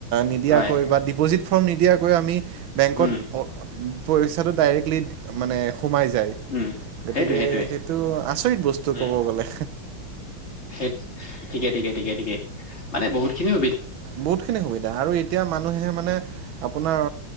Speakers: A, on the right; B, on the left.
A: নিদিয়াকৈ
B: হয়
A: বা ডিপ'জিট ফৰ্ম নিদিয়াকৈ আমি বেংকত
B: উম
A: পৰীক্ষাটো ডাইৰেক্টলি মানে সোমাই যায়,
B: উম
A: গতিকে
B: সেইটোৱে সেইটোৱে
A: সেইটো আচৰিত বস্তু
B: উম
A: ক'ব গ'লে।
B: সেই ঠিকে-ঠিকে-ঠিকে-ঠিকে, মানে বহুত খিনিু
A: বহুত খিনি সুবিধা, আৰু এতিয়া মানুহে মানে আপোনাৰ